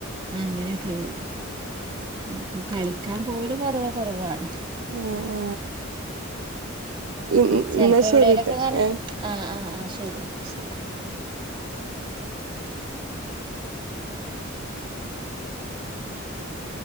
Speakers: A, on the right (about 25°); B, on the right (about 70°).
A: അങ്ങനെയൊക്കെ വരും അപ്പൊ കളിക്കാൻ പോവലും പൊതുവെ കൊറവാണ്
B: ആ ആ എന്ന
A: ചെലപ്പോ
B: ശരിട്ടാ
A: എവിടേലൊക്കെങ്ങനെ
B: ഏ
A: ആഹ് ആഹ് ആഹ് ശരി.
B: അ ശെരി